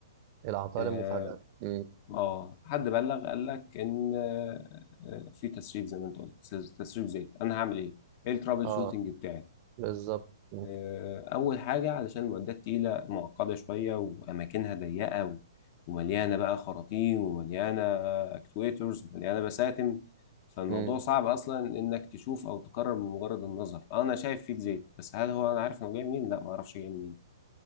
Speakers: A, on the right; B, on the left.
A: العطاء
B: اه
A: المفاجأة امم
B: آه، حد بلغ قال لك ان آه، آه، في تسريب زي ما انت قلت تسريب زيت انا هعمل ايه؟ ايه الترابل
A: اه
B: شوتنج بتاعي؟
A: بالظبط امم
B: آه، أول حاجة علشان المعدات تقيلة معقدة شوية وأماكنها ضيقة و- ومليانة بقى خراطيم ومليانة أكتويترز ومليانة بساتم فالموضوع
A: أمم.
B: صعب أصلا إنك تشوف أو تقرر من مجرد النظر أنا شايف فيه زيت بس هل هو أنا عارف إنه جاي منين؟ لا معرفش جاي منين